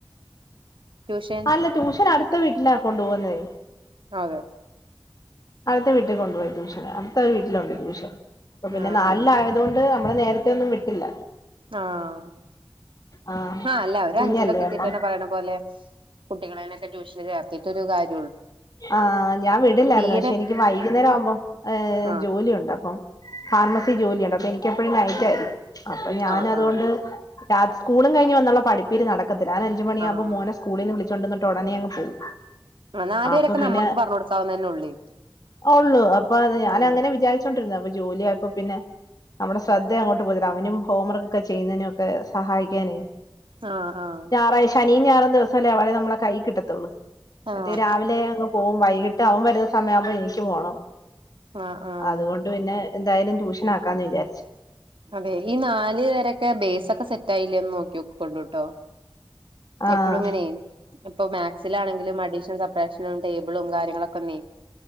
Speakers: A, on the right; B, on the left.
A: ട്യൂഷൻ
B: അല്ല ട്യൂഷൻ അടുത്ത വീട്ടിലാ കൊണ്ടു പോകുന്നേ
A: ആതെ
B: അടുത്ത വീട്ടിൽ കൊണ്ടുപോയി ട്യൂഷന് അടുത്ത ഒരു വീട്ടിലുണ്ട് ട്യൂഷൻ അപ്പ പിന്നെ
A: ആഹ്
B: നാലിലായതൊണ്ട്
A: ആഹ്
B: നമ്മള് നേരത്തെ ഒന്നും വിട്ടില്ല
A: ആഹ്
B: ആഹ്
A: ഹാ അല്ല ഒരു
B: കുഞ്ഞല്ലേ
A: അഞ്ചിലൊക്കെ എത്തിട്ട്ന്നെ
B: അപ്പം
A: പറയണം പോലെ കുട്ടികളേനൊക്കെ ട്യൂഷൻ ചേർത്തിറ്റൊരു കാര്യ
B: ആഹ് ഞാൻ വിടില്ലായിരുന്നു
A: തീരെ
B: പക്ഷെ എനിക്ക് വൈകുന്നേരാവുമ്പോ ഏഹ്
A: ആഹ്
B: ജോലിയുണ്ട് അപ്പം ഫാർമസി ജോലിയുണ്ട് അപ്പൊ എനിക്ക എപ്പഴും നൈറ്റ് ആയിരിക്കും അപ്പൊ ഞാൻ
A: ആഹ്
B: അതുകൊണ്ട്
A: ആഹ്
B: രാത് സ്കൂളും കഴിഞ്ഞ് വന്ന പഠിപ്പീര് നടക്കത്തില്ല ഞാൻ അഞ്ചമണിയാകുമ്പോ
A: ആഹ്
B: മോനെ സ്‌കൂളിന്ന് വിളിച്ചുകൊണ്ടന്നിട്ട് ഉടെനെ അങ് പോവും
A: നാല്
B: അപ്പൊ
A: വരൊക്കെ
B: പിന്നെ
A: നമ്മക്ക് പറഞ്ഞ് കൊടുക്കാവുന്നന്നെ ഉള്ളേ
B: അഉള്ളു അപ്പൊ അത് ഞാന
A: ആഹ്
B: അങ്ങനെ വിചാരിച്ച ചോണ്ടിരുന്ന അപ്പൊ ജോലി ആയപ്പോ പിന്നെ നമ്മുടെ ശ്രദ്ധ അങ്ങോട്ട് പോയിട്ട അവനും ഹോംവർക്ക്ക്കെ ചെയ്യുന്നതിനും ഒക്കെ സഹായിക്കാനേ
A: ആഹ് ആഹ്
B: ഞായറഴ് ശനി ഞയറും ദിവസല്ലേ അവളെ നമ്മളെ കൈ കിട്ടത്തുള്ളൂ മറ്റേ
A: ആഹ്
B: രാവിലെ അങ്ങ് പോകും വൈകിട്ട് അവൻ വരുന്ന സമയ ആകുമ്പോ എനിക്ക് പോണം
A: ആഹ് ആഹ്
B: അതുകൊണ്ട് ണ്ട് പിന്നെ എന്തായാലും ട്യൂഷൻ ആക്കാന്ന് വിചരിച്ചു
A: അതെ ഈ നാല് വരൊക്കെ ബേസ് ഒക്കെ സെറ്റ് ആയില്ലേന്ന് നോക്കി യോകൊണ്ട്ട്ടോ
B: ആഹ്
A: എപ്പോഴും ഇങ്ങനെയ ഇപ്പൊ മാക്സിലാണെങ്കിലും അഡീഷൻ സ ബ്സ്ട്രേഷനും ടേബിളും കാര്യങ്ങളൊക്കൊന്നെ